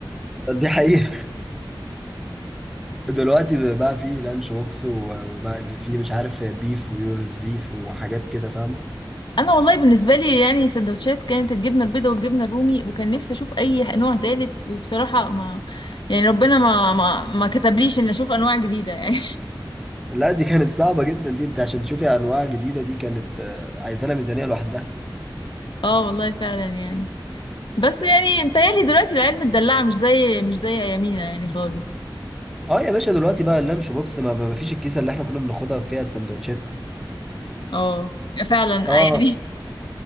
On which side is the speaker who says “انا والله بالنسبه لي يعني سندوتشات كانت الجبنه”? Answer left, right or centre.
Left